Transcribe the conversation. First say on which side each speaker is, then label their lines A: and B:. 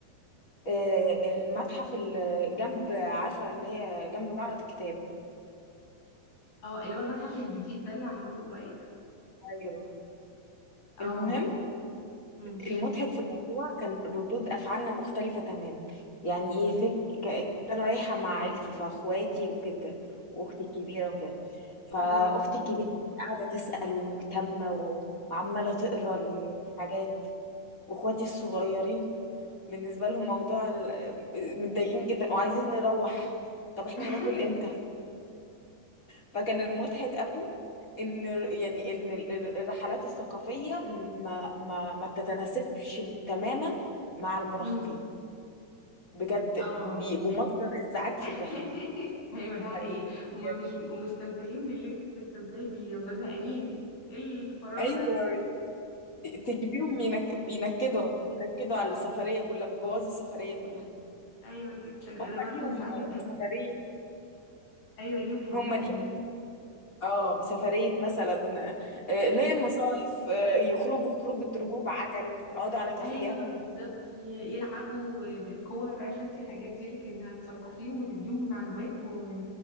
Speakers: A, on the left (about 20°); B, on the left (about 70°).
A: آه، المتحف اللي جنب عارفه اللي هي جنب معرض الكتاب
B: اه اللي هو المتحف الجديد ده اللي عملوه قريب
A: ايوه
B: اه
A: المهم
B: امم
A: المضحك في الموضوع كان ردود افعالنا مختلفه تمام يعني ايه
B: امم
A: في... ك... كنت انا رايحه مع عيلتي فاخواتي وكده واختي الكبيره وكده فاختي
B: اها
A: الكبيره قاعده تسال ومهتمه و... وعماله تقرا الحاجات واخواتي الصغيرين بالنسبه لهم موضوع ال... متضايقين جدا وعايزين نروح طب احنا
B: <laughs>
A: هناكل امتى فكان المضحك قوي ان ال- يعني ان ال- ال- الرحلات الثقافيه م- ما ما ما تتناسبش تماما مع المراهقين
B: امم
A: بجد
B: اه
A: بيبقوا مصدر ازعاج
B: <laughs>
A: في الرحله <laughs>
B: ايوه
A: السفرية.
B: ده حقيقي
A: بجد
B: هما مش بيبقوا مستمتعين باللي انت بتستمتعي بيه هما زهقانين ايه الفراغ
A: ايوه
B: ده
A: تجيبيهم بينك... بينكدوا بينكدوا على السفريه كلها بيبوظوا السفريه كلها
B: ايوه جدا
A: هم
B: انا برضو
A: ليهم
B: ساعات بيبقى
A: سفريه
B: ايوه ليهم حاجات
A: هم
B: تانية
A: ليهم اه سفريه مثلا آه، ليه مصايف آه، يخرجوا خروجه ركوب عجل يقعدوا على كافيه
B: ايوه
A: ياكلوا
B: بالظبط ي- يلعبوا بالكور عارفه انت الحاجات دي لكن هتثقفيهم وتديهم معلومات و...